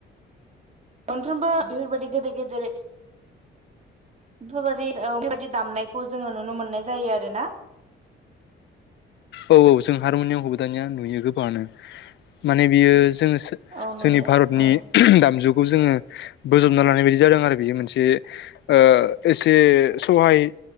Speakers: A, on the right; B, on the left.
A: मोनफ्रोमबो बेफोरबायाददि गेदेर गेदेर बेफोरबायदि औ बेफोरबायदि दामनायखौ जोङो नुनो मोननाय जायो आरो ना।
B: औ औ जों हारमनियामखौबो दानिया नुयो गोबाङानो माने बियो जोङो सो
A: औ नुयो
B: जोंनि भारतनि
A: औ
B: <unintelligible> दामजुखौ जोङो बोजबना लानाय बायदि जादों आरो बेयो मोनसे ओ एसे सहाय